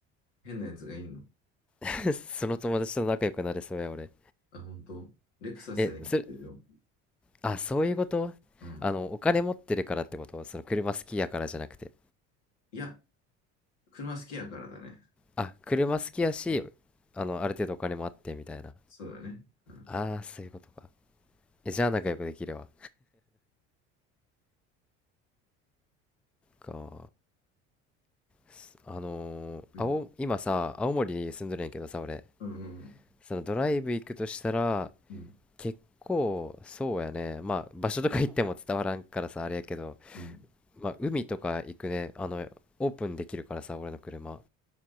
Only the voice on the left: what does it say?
変なやつがいんの。
あ、本当レクサスに乗ってるよ。
うん。
いや、車好きやからだね。
そうだね。うん。
うん。
うん。
うん。うん。
うん